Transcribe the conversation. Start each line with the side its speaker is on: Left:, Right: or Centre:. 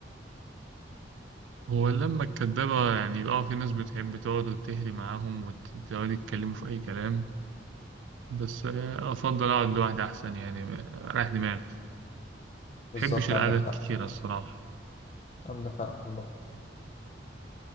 Right: هو اللمة الكدابة يعني اه في ناس بتحب تقعد وتهري معاهم وتقعدوا يتكلموا في أي كلام بس آه، أفضل أقعد لوحدي أحسن يعني آه، رايح دماغي
Left: بالظبط
Right: مبحبش القعدة
Left: عندك
Right: الكتيرة
Left: حق
Right: الصراحة
Left: عندك حق والله